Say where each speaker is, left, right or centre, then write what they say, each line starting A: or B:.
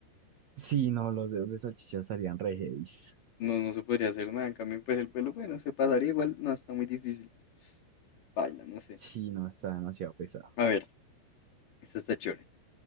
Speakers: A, on the right; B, on the left.
A: Sí, no, los dedos de salchicha estarían re heavies.
B: No, no se podría hacer nada. En cambio, pues el pelo, bueno, se pasaría igual. No, está muy difícil. Paila, no sé.
A: Sí, no, está demasiado pesado.
B: A ver, esta está chévere.